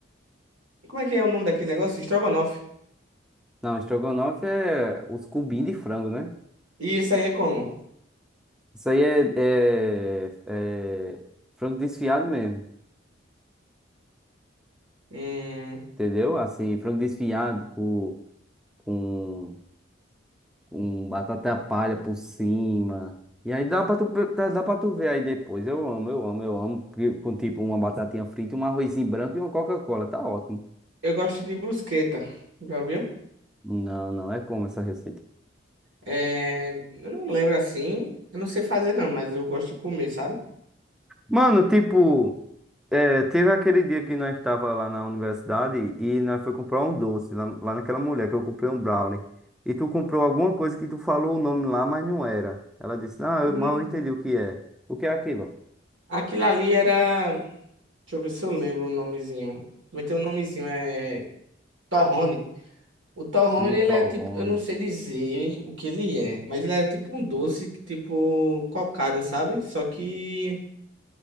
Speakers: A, on the right; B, in the centre.
A: Como é que é o nome daquele negócio? Estrogonofe.
B: Não, estrogonofe é os cubinhos de frango, né?
A: E isso aí é como?
B: Isso aí é, é, é frango desfiado mesmo,
A: Hum,
B: entendeu? Assim, frango desfiado com, com, com batata palha por cima. E aí dá pra tu, pe- tá- dá pra tu ver aí depois. Eu amo, eu amo, eu amo. que- Com tipo uma batatinha frita, um arrozinho branco e uma Coca-Cola. Tá ótimo.
A: eu gosto de brusqueta. Já viu?
B: Não, não é como essa receita.
A: É... Eu não lembro assim. Eu não sei fazer, não, mas eu gosto de comer, sabe?
B: Mano, tipo. É, teve aquele dia que nós estava lá na universidade e nós foi comprar um doce lá, lá naquela mulher que eu comprei um brownie. E tu comprou alguma coisa que tu falou o nome lá, mas não era. Ela disse, ah,
A: E
B: eu- mas eu entendi o que é. O que é aquilo?
A: Aquilo ali era. Deixa eu ver se eu lembro o nomezinho. Vai ter um nomezinho, é. Torrone. O torrone,
B: sim
A: ele
B: Cintorrone.
A: é tipo, eu não sei dizer o que ele é, mas ele é tipo um doce, tipo cocada, sabe? Só que,